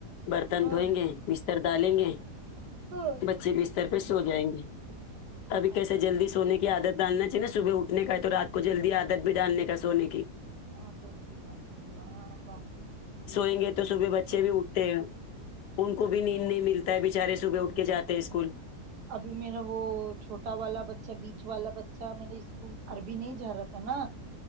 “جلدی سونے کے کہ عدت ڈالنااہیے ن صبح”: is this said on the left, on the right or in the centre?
Left